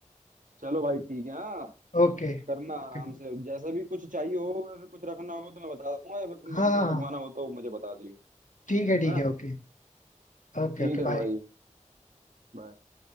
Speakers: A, on the right (about 90°); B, on the left (about 75°).
A: चलो भाई ठीक है हाँ
B: ओके
A: करना आराम
B: ओके
A: से जैसा भी कुछ चाहिए हो या फिर कुछ रखना हो तो मैं बता दूंगा या फिर तुम्हें
B: हाँ हाँ,
A: कुछ
B: हाँ।
A: रखवाना हो तो मुझे बता दियो
B: ठीक
A: है
B: है ठीक
A: ना
B: है ओके Okay
A: ठीक
B: okay
A: है
B: bye
A: भाई bye।